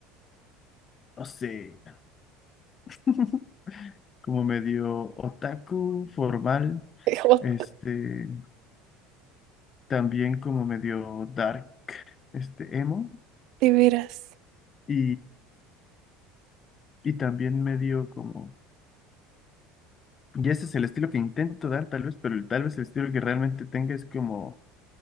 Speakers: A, on the left; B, on the right.
A: sé, <laughs> como medio otaku formal,
B: Eh, Jo,
A: este, también como medio dark, este, emo,
B: de veras,
A: y, y también medio como, y ese es el estilo que intento dar tal vez, pero el- tal vez el estilo que realmente tenga es como,